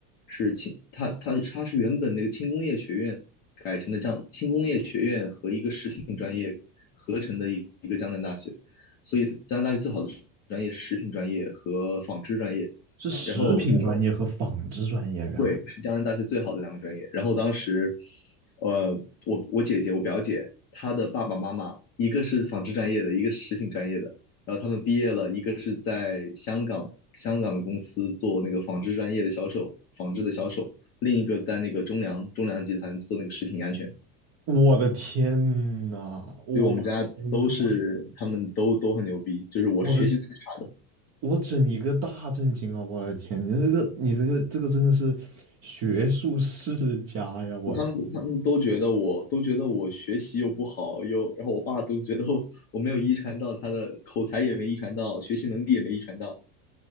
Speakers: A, on the left (about 25°); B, on the right (about 35°).
A: 是轻，它它它是原本那个轻工业学院改成的江轻工业学院和一个食品专业合成的一一个江南大学，所以它江南大学最好的专业是食品专业和纺织专业。
B: 是食品专业和纺织专业，
A: 然后我
B: 原来，
A: 对，是江南大学最好的两个专业。然后当时，呃，我我姐姐我表姐她的爸爸妈妈一个是纺织专业的，一个是食品专业的。然后他们毕业了，一个是在香港香港的公司做那个纺织专业的销售，纺织的销售；另一个在那个中粮中粮集团做那个食品安全。
B: 我的天呐，我的天，
A: 所以我们家都是他们都都很牛逼，
B: 这我
A: 就是我是学习最差的。
B: 我的我整一个大震惊啊！我的天，你这个你这个这个真的是学术世家呀！我的天，
A: 他们他们都觉得我都觉得我学习又不好，又然后我爸总觉得我我没有遗传到他的口才也没遗传到，学习能力也没遗传到，